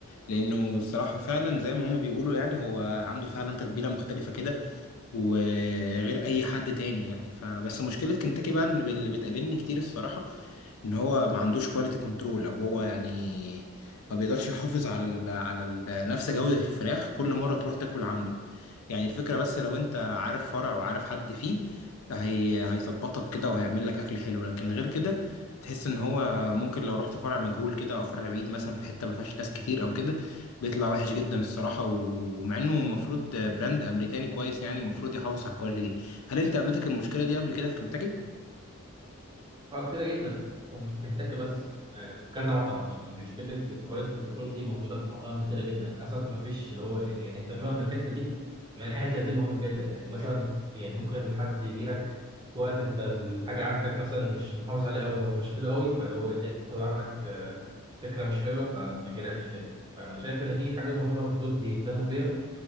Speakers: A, on the left; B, on the right.
A: لانه الصراحه فعلا زي ما هما بيقولوا يعني هو عنده فعلا تتبيله مختلفه كده وغير اي حد تاني يعني فبس مشكله كنتاكي بقى ان اللي بتقابلني كتير الصراحه ان هو ما عندوش كواليتي كنترول او هو يعني ما بيقدرش يحافظ على ال على ال نفس جودة الفراخ كل مرة تروح تاكل عنده يعني الفكرة بس لو انت عارف فرع وعارف حد فيه هي هيظبطك كده وهيعمل لك اكل حلو لكن غير كده بتحس ان هو ممكن لو رحت فرع مجهول كده او فرع بعيد مثلا في حتة ما فيهاش ناس كتير او كده بيطلع وحش جدا الصراحة ومع انه المفروض براند امريكاني كويس يعني المفروض يحافظ على الكواليتي دي هل انت قابلتك المشكلة دي قبل كده في كنتاكي؟
B: اه كتيرة جدا ومش في كنتاكي بس آه، في كذا مطعم يعني مشكلة الكواليتي كنترول دي موجودة في مطاعم كتيرة جدا يعني للأسف ما فيش اللي هو إيه يعني اهتمام بالحتة دي يعني الحتة دي مهمة جدا يعني مثلا يعني ممكن حد يجي لك في وقت أنت الحاجة عندك مثلا مش محافظ عليها أوي أو مش حلوة أوي فاللي هو إيه، ياخد عنك آه، فكرة مش حلوة فما يجيلكش تاني فأنا شايف إن دي حاجة مهمة المفروض يهتموا بيها